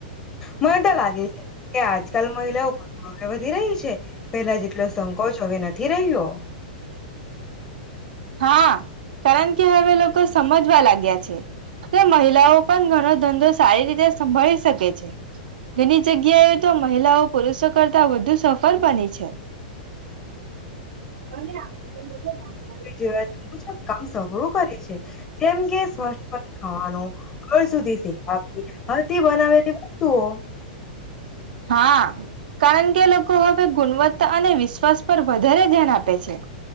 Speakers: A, on the left (about 25°); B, on the right (about 75°).
A: મને તો લાગે છે કે આજકાલ મહિલાઓ વધુ આગળ વધી રહી છે પેલા જેટલો સંકોચ હવે નથી રહ્યો.
B: હા કારણ કે હવે લોકો સમજવા લાગ્યા છે. તે મહિલાઓ પણ ઘણો ધંધો સારી રીતે સંભાળી શકે છે. ઘણી જગ્યાએ તો મહિલાઓ પુરુષો કરતા વધુ સફળ બની છે. અને આજ તો લોકો નવી નવી
A: <inaudible> મુજબ કામ સઘળું કરે છે, જેમ કે <inaudible> ખવાનું ઘર સુધી સેવા આપવી, હથથી બનાવેલી વસ્તુઓ
B: હા કારણ કે લોકો હવે ગુણવત્તા અને વિશ્વાસ પર વધારે ધ્યાન આપે છે.